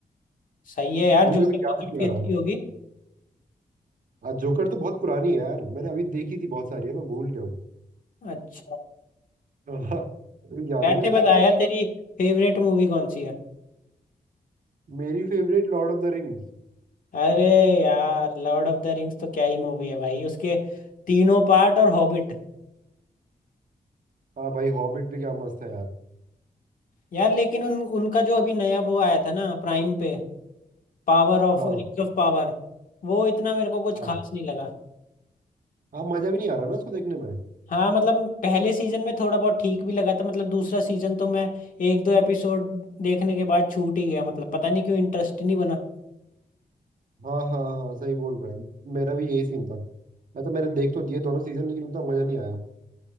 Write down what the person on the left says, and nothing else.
सही है यार
जोकर
तो काफी
अच्छी
होगी
अच्छा
वैसे
बता
यार
तेरी फेवरेट मूवी कौन सी है
अरे यार लॉर्ड ऑफ द रिंग्स तो क्या ही मूवी है भाई उसके तीनों पार्ट और हॉबिट
यार लेकिन उन उनका जो अभी नया वो आया था ना प्राइम पे power of
rings of power वो इतना मेरे को कुछ
खास नहीं लगा
हाँ मतलब पहले सीजन में थोड़ा बहुत ठीक भी लगा था मतलब दूसरा सीजन तो मैं एक दो एपिसोड देखने के बाद छूट ही गया मतलब पता नहीं क्यों इंटरेस्ट नहीं बना